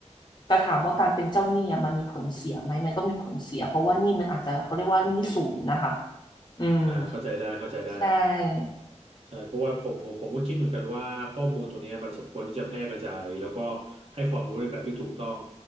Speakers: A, on the left; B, on the right.
A: แต่ถามว่าการเป็นเจ้าหนี้อะมันมีผลเสียไหมมันก็มีผลเสียเพราะว่าหนี้มันอาจจะเขาเรียกว่าหนี้ศูนย์นะคะอืม
B: อ่าเข้าใจได้เข้าใจได้
A: ใช่
B: ใช่เพราะว่าผมผมก็คิดเหมือนกันว่าข้อมูลตัวเนี้ยมันสมควรที่จะแพร่กระจายแล้วก็ให้ความรู้ในแบบที่ถูกต้อง